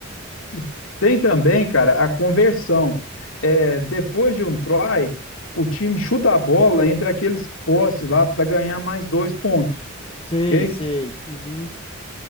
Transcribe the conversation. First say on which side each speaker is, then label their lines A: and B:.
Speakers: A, on the left; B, on the left.
A: E tem também, cara, a conversão. É, depois de um try, o time chuta a bola entre aqueles postes lá para ganhar mais dois pontos,
B: Sei,
A: ok?
B: sei. Uhum.